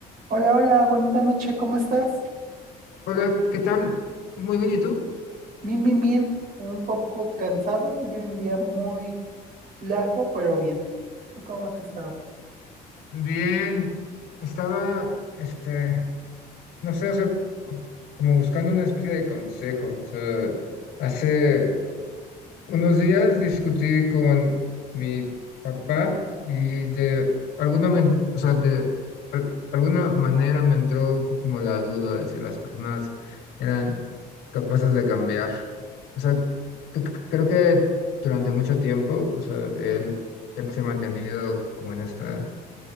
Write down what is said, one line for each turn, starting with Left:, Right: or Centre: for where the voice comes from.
Right: Hola, hola, bonita noche, ¿cómo estás?
Left: Hola, ¿qué tal? Muy bien, ¿y tú?
Right: Bien, bien, bien. Un poco cansado, tuve un día muy largo, pero bien. ¿Tú cómo has estado?
Left: Bien, estaba, este, no sé, o sea, co- como buscando una especie de consejo, o sea, hace, Unos días discutí con mi papá y de alguna, men- o sea, de al- alguna manera me entró co- como la duda de si las personas eran capaces de cambiar. O sea, c- c- creo que durante mucho tiempo, o sea, de él, él se ha mantenido como en esta